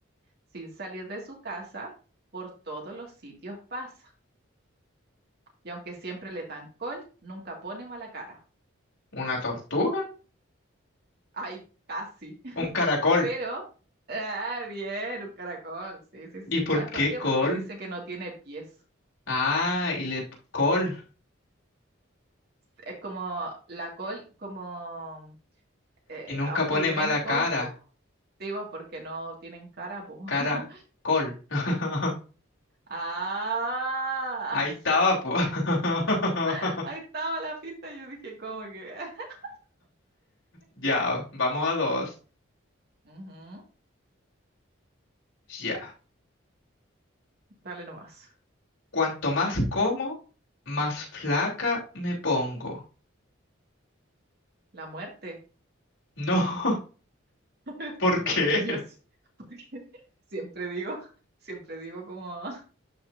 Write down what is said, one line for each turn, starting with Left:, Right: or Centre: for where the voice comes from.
Right: Sin salir de su casa, por todos los sitios pasa. Y aunque siempre le dan col, nunca pone mala cara.
Left: ¿Una tortuga?
Right: Ay, casi.
Left: Un caracol.
Right: Pero, ah, bien, un caracol. Sí, sí, sí.
Left: ¿Y por
Right: ¿Sabes
Left: qué
Right: por qué?
Left: col?
Right: Porque dice que no tiene pies.
Left: Ah, y le col.
Right: Es como la col, como, eh,
Left: Y nunca
Right: aunque
Left: pone
Right: le
Left: mala
Right: den colpo.
Left: cara.
Right: Sí, porque no tienen cara, po.
Left: Cara,
Right: <laughs>
Left: col. <laughs>
Right: Ah,
Left: Ahí estaba, po. <laughs>
Right: <laughs> ahí estaba la pista. Yo dije, ¿cómo que? <laughs>
Left: Ya,
Right: Ya.
Left: vamos a dos.
Right: Ujú,
Left: Ya.
Right: Dale nomás.
Left: Cuanto más como, más flaca me pongo.
Right: La muerte.
Left: No, <laughs>
Right: <laughs>
Left: ¿por qué?
Right: Yo sí, porque <laughs> siempre digo, siempre digo como,